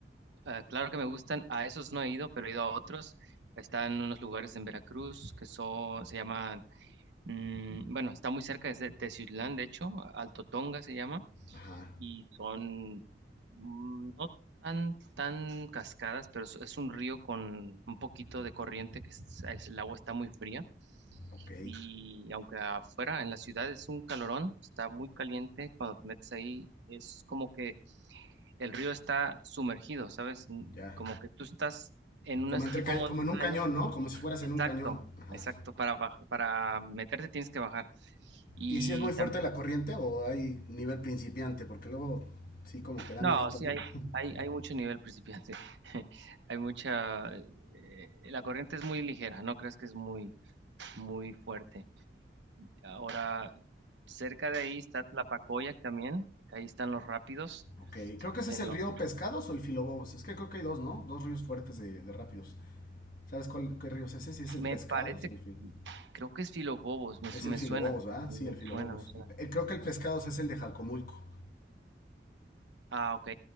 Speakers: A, on the right; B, on the left.
A: Ah, claro que me gustan, a esos no he ido, pero he ido a otros. Están unos lugares en Veracruz que son, se llaman, mm, bueno, está muy cerca de Teciutlán, de hecho, Alto Tonga se llama,
B: Ajá,
A: y son mm, no tan, tan cascadas, pero es, es un río con un poquito de corriente, que es- es- el agua está muy fría,
B: ok,
A: y aunque afuera en la ciudad es un calorón, está muy caliente, cuando te metes ahí es como que el río está sumergido, ¿sabes? N-
B: ya.
A: Como que tú estás en un
B: Como, entre,
A: tipo
B: ca-
A: montaña.
B: como en un cañón, ¿no? Como si fueras
A: Exacto,
B: en un cañón. Ajá.
A: exacto. Para, baj- para meterte tienes que bajar. Y
B: ¿Y si es muy fuerte
A: tam-
B: la corriente o hay nivel principiante? Porque luego sí como que da
A: no,
B: miedito,
A: sí,
B: ¿no?
A: hay,
B: <laughs>
A: hay, hay mucho nivel principiante. <laughs> Hay mucha... eh, la corriente es muy ligera, no creas que es muy, muy fuerte. Ahora, cerca de ahí está Tlapacoyac también, ahí están los rápidos.
B: Ok, creo que ese
A: En
B: es el
A: los,
B: río Pescados o el Filobobos. Es que creo que hay dos, ¿no? Dos ríos fuertes de, de rápidos. ¿Sabes cuál, qué río es ese? Si es el
A: me
B: Pescados
A: parece,
B: o el Filobobos.
A: creo que es Filobobos, me,
B: Es
A: su-
B: el
A: me
B: filobobos,
A: suena,
B: ¿verdad?
A: me
B: Sí, el filobobos.
A: suena, me suena.
B: El- el, creo que el pescado es el de Jalcomulco.
A: Ah, ok.